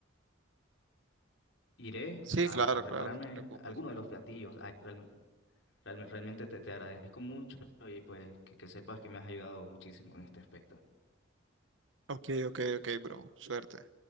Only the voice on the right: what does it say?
Sí,
claro,
claro, no te preocupes.
Ok, ok, ok, bro. Suerte.